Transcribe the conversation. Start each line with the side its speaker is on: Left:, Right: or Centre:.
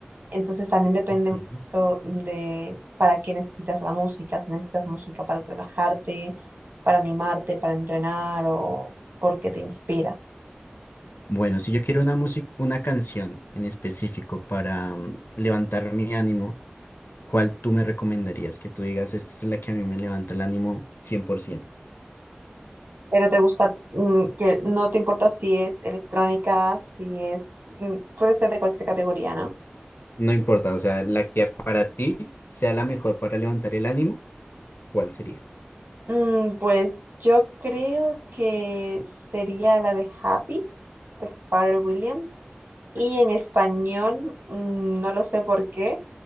Right: entonces también depende
Left: Ok.
Right: mucho de para qué necesitas la música, si necesitas música para relajarte, para animarte, para entrenar o porque te inspira.
Left: Bueno, si yo quiero una música, una canción en específico para mm, levantar mi ánimo, ¿cuál tú me recomendarías? Que tú digas, esta es la que a mí me levanta el ánimo 100%.
Right: Pero te gusta mm, que no te importa si es electrónica, si es, mm, puede ser de cualquier categoría, ¿no?
Left: No importa, o sea, la que para ti sea la mejor para levantar el ánimo, ¿cuál sería?
Right: Mm, pues yo creo que sería la de Happy, de Pharrell Williams. Y en español, mm, no lo sé por qué,